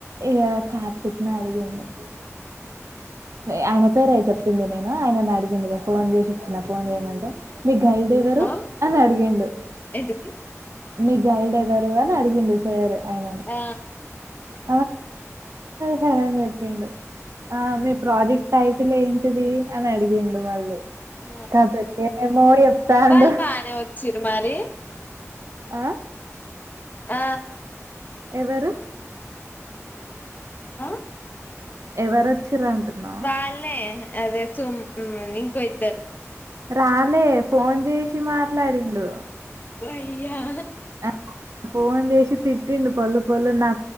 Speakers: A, on the right; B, on the left.
A: ఇగా కార్తిక్ ను అడిగిండు ఆయన పేరే చెప్పింది నేను ఆయన అడిగిండు ఇగా ఫోన్ చేసి ఇచ్చిన ఫోన్ చేయమంటే మీ గైడ్ ఎవరు
B: ఆ
A: అని అడిగిండు
B: ఏంటిది
A: మీ గైడ్ ఎవరు అని అడిగిండు సార్ ఆయనని
B: ఆ
A: <unintelligible> సార్ అని చెప్పిండు ఆ మీ ప్రాజెక్ట్ టైటీల్ ఏంటిది అని అడిగగిండు మళ్ళీ
B: ఆ
A: ఖతం ఏమో చెప్తాండు
B: వాళ్ళు బానే వచ్చిర్రు మరి
A: ఆ
B: ఆ
A: ఎవరు
B: ఆ
A: ఎవరచ్చిర్ర్ అంటున్నావు
B: వాళ్ళే అదే సుమ్ మ్ ఇంకో ఇద్దరు
A: రాలే ఫోన్ చేశి మాట్లాడిండు
B: య్యా
A: ఆ ఫోన్ చేసి తిట్టిండు పోళ్ళు పోళ్ళు నా